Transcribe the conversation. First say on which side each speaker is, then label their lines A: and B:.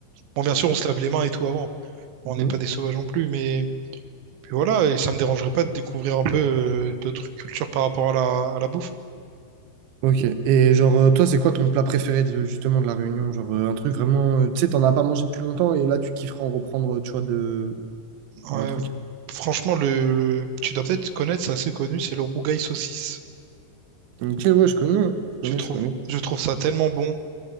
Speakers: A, on the right; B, on the right.
A: Bon, bien sûr, on se lave les mains et tout avant. On
B: Mhm.
A: n'est pas des sauvages non plus, mais puis voilà, et ça me dérangerait pas de découvrir un peu euh, d'autres cultures par rapport à la, à la bouffe.
B: Ok. Et genre euh, toi, c'est quoi ton plat préféré de, justement de la Réunion? Genre euh, un truc vraiment, euh, tu sais, t'en as pas mangé depuis longtemps et là tu kifferas en reprendre, euh, tu vois, de un
A: Ouais,
B: truc.
A: franchement, le, tu dois peut-être connaître, c'est assez connu, c'est le rougail saucisse.
B: Ok, ouais, je connais, je connais,
A: Je trouve,
B: je connais.
A: je trouve ça tellement bon.